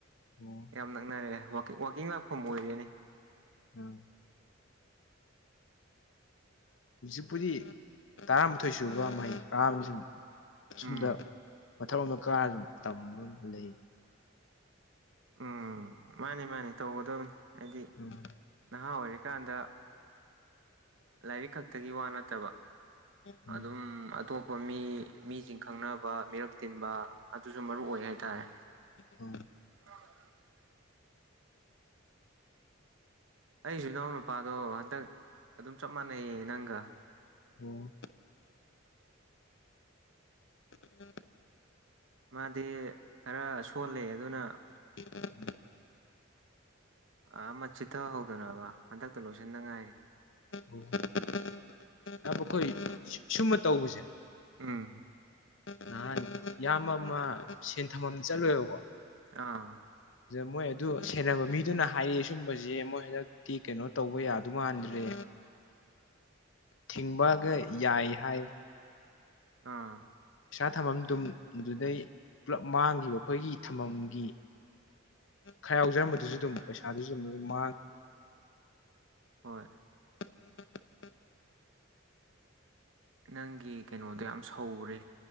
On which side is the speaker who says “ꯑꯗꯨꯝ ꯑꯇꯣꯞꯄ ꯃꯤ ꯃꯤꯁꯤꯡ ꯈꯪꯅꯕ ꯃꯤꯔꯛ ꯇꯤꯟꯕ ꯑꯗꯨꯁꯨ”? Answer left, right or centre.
Right